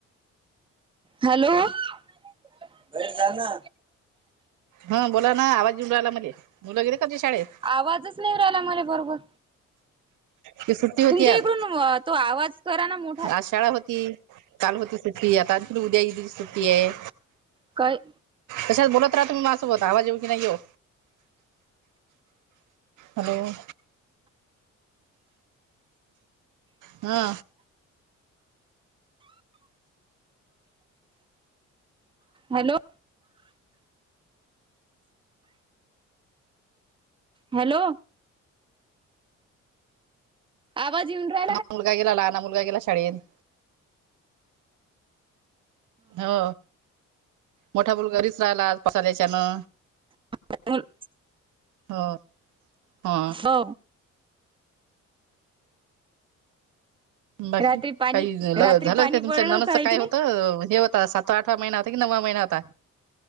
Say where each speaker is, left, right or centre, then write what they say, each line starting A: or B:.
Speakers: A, on the right; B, on the right.
A: हॅलो बाहेर जाना
B: हं बोला ना आवाज येऊन राहिल मले मुलं गेले का तुझी शाळेत
A: आवाजच नाही येऊ राहिला मले बरोबर
B: की सुट्टी होती
A: तुमच्या
B: आज
A: इकडून अ, तो आवाज करा ना मोठा
B: आज शाळा होती. काल होती सुट्टी आता आनखी उद्या ईदीची सुट्टी आहे.
A: काय?
B: तशत बोलत राहा तुम्ही माझसोबत आवाज येऊ का नाही येऊ हॅलो हा
A: हॅलो- हॅलो आवाज येऊ राह
B: लहाना मुलगा गेला लहान मुलगा गेला शाळेेत. हो मोठा मुलगा घरीरीच राहिला आज पसाल्या्याच्यानं
A: <inaudible>
B: हो हा
A: हो
B: बाकी
A: रात्री पाणी
B: काही झालं
A: रात्री
B: का काय
A: पाणी
B: होतं
A: पडलं
B: नणंद
A: आहे
B: च काय
A: की नाही
B: होतं हे होतं सात त आठवा महिना होता की नववा महिना होता